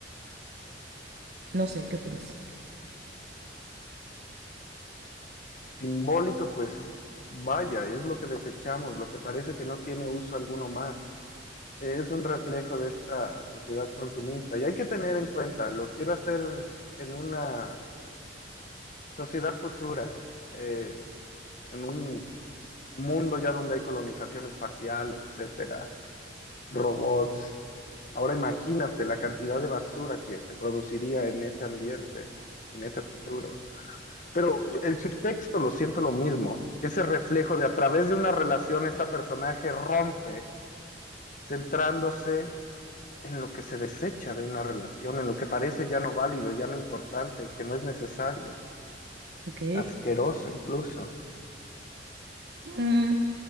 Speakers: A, on the right (about 65°); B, on the left (about 45°).
A: No sé, ¿qué opinas?
B: Simbólico, pues vaya, es lo que desechamos, lo que parece que no tiene uso alguno más. Es un reflejo de esta sociedad consumista y hay que tener en cuenta, lo quiero hacer en una sociedad futura, eh, en un mundo ya donde hay colonización espacial, etcétera, robots. Ahora imagínate la cantidad de basura que se produciría en ese ambiente, en ese futuro. Pero el subtexto lo siento lo mismo, ese reflejo de a través de una relación esta personaje rompe, centrándose en lo que se desecha de una relación, en lo que parece ya no válido, ya no importante, que no es necesario,
A: Ok.
B: asqueroso incluso.
A: Mm,